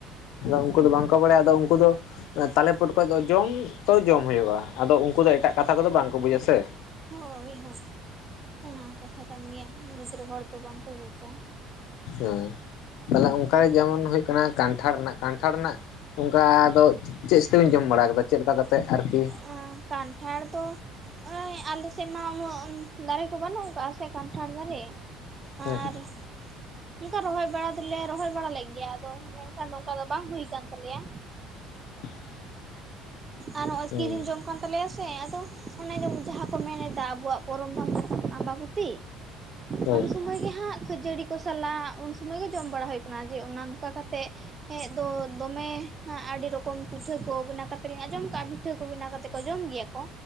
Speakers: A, on the left; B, on the right.
A: ᱟᱫᱚ ᱩᱱᱠᱩ ᱫᱚ ᱵᱟᱝᱠᱚ ᱵᱟᱲᱟᱭᱟ ᱟᱫᱚ ᱩᱱᱠᱩ ᱫᱚ ᱛᱟᱞᱮ ᱯᱩᱚᱴᱡ ᱫᱚ ᱡᱚᱢ ᱛᱚ ᱡᱚᱢ ᱦᱩᱭᱩᱜᱼᱟ ᱟᱫᱚ ᱩᱱᱠᱩ ᱫᱚ ᱮᱴᱟᱜ ᱠᱟᱛᱷᱟ ᱠᱚᱫᱚ ᱵᱟᱝᱠᱚ ᱵᱩᱡᱟ ᱥᱮ᱾
B: ᱦᱳᱭ ᱦᱳᱭ ᱚᱱᱟ ᱠᱟᱛᱷᱟ ᱠᱟᱱ ᱜᱮᱭᱟ ᱜᱤᱫᱽᱨᱟᱹ ᱦᱚᱲ ᱫᱚ ᱵᱟᱝᱠᱚ ᱵᱩᱡᱟ᱾
A: ᱦᱳᱭ ᱛᱟᱦᱚᱞᱮ ᱚᱱᱠᱟ ᱡᱮᱢᱚᱱ ᱦᱩᱭᱩᱜ ᱠᱟᱱᱟ ᱠᱟᱱᱴᱷᱟᱲ ᱨᱮᱱᱟᱜ ᱠᱟᱱᱴᱷᱟᱲ ᱨᱮᱱᱟᱜ ᱚᱱᱠᱟ ᱫᱚ ᱪᱮᱫ ᱥᱮᱛᱮᱵᱤᱧ ᱡᱚᱢ ᱵᱟᱲᱟ ᱟᱠᱟᱫᱟ ᱪᱮᱫ ᱞᱮᱠᱟ ᱠᱟᱛᱮᱫ ᱟᱨᱠᱤ᱾
B: ᱦᱩᱸ ᱠᱟᱱᱴᱷᱟᱲ ᱫᱚ ᱟᱞᱮ ᱥᱮᱫ ᱢᱟ ᱩᱱᱟᱹᱜ ᱫᱟᱨᱮ ᱠᱚ ᱵᱟᱹᱱᱩᱜ ᱟᱠᱟᱜᱟ ᱥᱮ ᱠᱟᱱᱴᱷᱟᱲ ᱫᱟᱨᱮ᱾
A: ᱦᱮᱸ
B: ᱟᱨ ᱚᱱᱠᱟ ᱨᱚᱦᱚᱭ ᱵᱟᱲᱟ ᱫᱚᱞᱮ ᱨᱚᱦᱚᱭ ᱵᱟᱲᱟ ᱞᱮᱫ ᱜᱮᱭᱟ ᱟᱫᱚ ᱢᱮᱱᱠᱷᱟᱱ ᱱᱚᱝᱠᱟ ᱫᱚ ᱵᱟᱝ ᱦᱩᱭ ᱠᱟᱱ ᱛᱟᱞᱮᱭᱟ᱾
A: <unintelligible>
B: ᱟᱨ ᱚᱜᱚᱭ
A: ᱦᱩᱸ
B: ᱠᱤᱨᱤᱧ ᱡᱚᱢ ᱠᱟᱱ ᱛᱟᱞᱮᱭᱟ᱾ ᱥᱮ ᱟᱫᱚ ᱚᱱᱮ ᱡᱮᱚᱱ ᱡᱟᱦᱟᱸ ᱠᱚ ᱢᱮᱱᱮᱫᱟ ᱟᱵᱚᱣᱟᱜ ᱯᱚᱨᱚᱵ ᱵᱟᱝ ᱛᱟᱵᱚᱱ ᱟᱸᱵᱟᱵᱚᱛᱤ
A: ᱦᱳᱭ
B: ᱩᱱ ᱥᱚᱢᱚᱭ ᱜᱮ ᱦᱟᱸᱜ ᱠᱷᱟᱹᱡᱟᱹᱲᱤ ᱠᱚ ᱥᱟᱞᱟᱜ ᱩᱱ ᱩᱱ ᱥᱢᱚᱭ ᱜᱮ ᱡᱚᱢ ᱵᱟᱲᱟ ᱦᱩᱭ ᱟᱠᱟᱱᱟ ᱡᱮ ᱚᱱᱠᱟ ᱠᱟ ᱠᱟᱛᱮᱫ ᱫᱚ ᱫᱚᱢᱮ ᱦᱮᱸ ᱟᱹᱰᱤ ᱨᱚᱠᱚᱢ ᱯᱤᱴᱷᱟᱹ ᱠᱚ ᱵᱮᱱᱟ ᱠᱟᱛᱮᱞᱤᱧ ᱟᱸᱡᱚᱢ ᱠᱟᱜᱼᱟ ᱵᱤ ᱯᱤᱴᱷᱟᱹ ᱠᱚ ᱵᱮᱱᱟᱣ ᱠᱟᱛᱮ ᱠᱚ ᱡᱚᱢ ᱜᱮᱭᱟ ᱠᱚ